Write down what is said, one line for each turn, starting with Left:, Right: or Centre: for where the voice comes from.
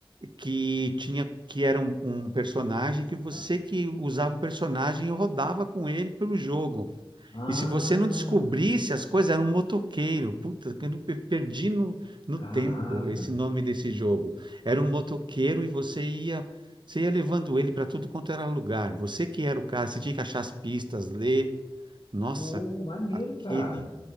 Right: que tinha que era um, um personagem que você
Left: Ah,
Right: que usava o personagem e rodava com ele pelo jogo.
Left: ah,
Right: E se você não descobrisse as coisas, era um motoqueiro. Puta, eu não pe- perdi no, no
Left: caraca.
Right: tempo esse nome desse jogo. Era um motoqueiro e você ia, você ia levando ele para tudo quanto era lugar. Você que era o cara, você tinha que achar as pistas, ler. Nossa,
Left: Pô, maneiro,
Right: aquele.
Left: cara.